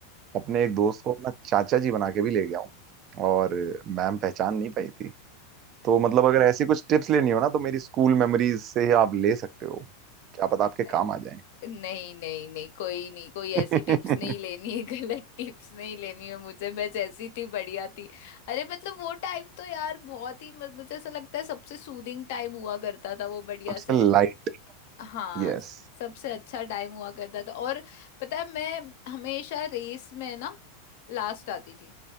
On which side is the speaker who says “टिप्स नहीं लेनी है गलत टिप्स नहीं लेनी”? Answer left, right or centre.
Left